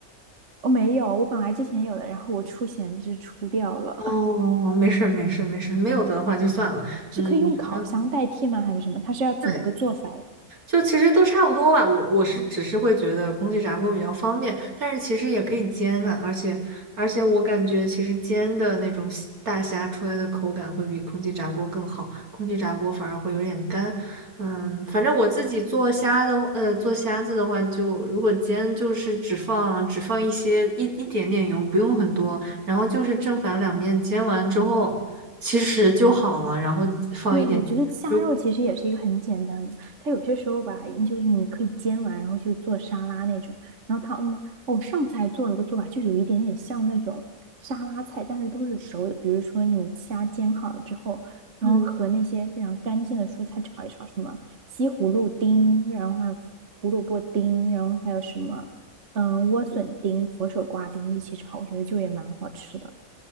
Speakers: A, on the right; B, on the right.
A: 我没有，我本来之前有的，然后我出闲置出掉了，
B: 哦，没事儿没事儿没事儿没有的话就算了。
A: <laughs> 是可以用烤箱代替吗？
B: 嗯，反正
A: 还是什么？它是要怎么个做法呀？
B: 对，就其实都差不多吧，我我是只是会觉得空气炸锅比较方便，但是其实也可以煎啊，而且而且我感觉其实煎的那种虾大虾出来的口感会比空气炸锅更好，空气炸锅反而会有点干。嗯，反正我自己做虾的话呃，做虾子的话就，如果煎就是只放只放一些一一点点油，不用很多，然后就是正反两面煎完之后，其实就好了，然后放一点，
A: 对，我觉得虾肉其实也是一个很简单的，
B: 如
A: 它有些时候吧，就是你可以煎完，然后就做沙拉那种。然后它，嗯，哦，上次还做了个做法，就有一点点像那种沙拉菜，但是都是熟的。比如说你虾煎好了之后，然后和那些非常干净的蔬菜炒一炒，
B: 嗯。
A: 什么西葫芦丁，然后还有胡萝卜丁，然后还有什么，嗯，莴笋丁、佛手瓜丁一起炒，我觉得就也蛮好吃的，